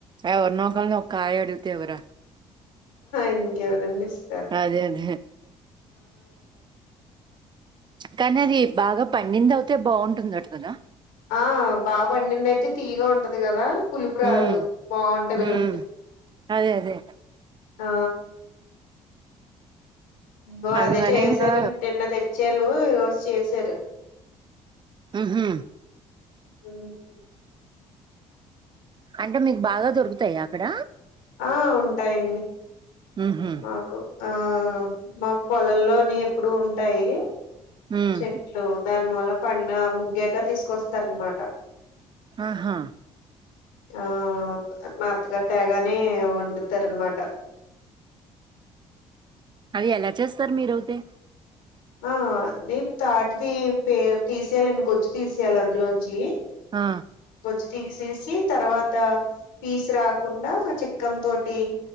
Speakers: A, on the right; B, on the left.
A: ఎవరినొకరిని ఒక కాయ అడిగితే ఇవ్వరా
B: ఎందుకు ఇవ్వరండి ఇస్
A: అదే అదే కానీ అది బాగా పండింది అవుతే బాగుంటుందట కదా
B: ఆ బా పండింది అయితే తీయ్యగా ఉంటది కదా పులుపు రాదు
A: ఉమ్
B: బాగుంటది
A: ఉమ్
B: రొట్టే
A: అదే అదే
B: ఆ బ అదే
A: అందుకని
B: చేశారని
A: ఇంకా
B: తిన్న తెచ్చారు ఈ రోజు చేశారు
A: మ్మ్ హు
B: మ్
A: అంటే మీకు బాగా దొరుకుతాయా అక్కడ
B: ఆ ఉంటాయండి
A: మ్మ్ హు
B: మాకు ఆ మాకు పొలల్లోని ఎప్పుడు ఉంటాయి
A: ఉమ్
B: చెట్ <unintelligible> దాని మూల పన్న ముగ్గాక తీసు కొస్తారన్న మాట
A: ఆహా
B: ఆ మా అత్తగారు తేగానే వండుతారు అనమాట
A: అది ఎలా చేస్తారు మీరు అవుతే
B: ఆ <unintelligible> తాటిది పే తీసేయాలండి గొజ్జు తీసేయాలి అందులోంచి
A: ఆ
B: బొచ్చు తీసేసి తర్వాత పీస్ రాకుండా చిక్కం తోటి